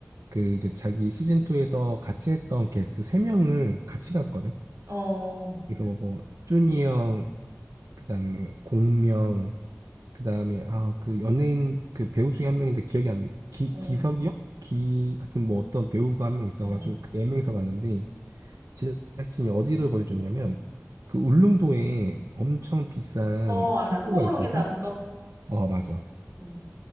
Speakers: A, on the right; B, on the right.
A: 그 이제 자기 시즌 2에서 같이 했던 게스트 세명을 같이 갔거든.
B: 어,
A: 그래서 뭐 준이 형, 그다음에 공명, 그다음에 아 그 연예인 그 배우 중에 한 명인데 기억이 안 기,
B: 응,
A: 기석이 요 기, 하여튼 뭐 어떤 배우가 한 명 있어가지고
B: 어.
A: 그네 명이서 갔는데 제작진이 어디를 보내줬냐면 그 울릉도에 엄청 비싼
B: 어, 그, 알아.
A: 숙소가
B: 코오롱에
A: 있거든.
B: 사는 거?
A: 어 맞아.
B: 응,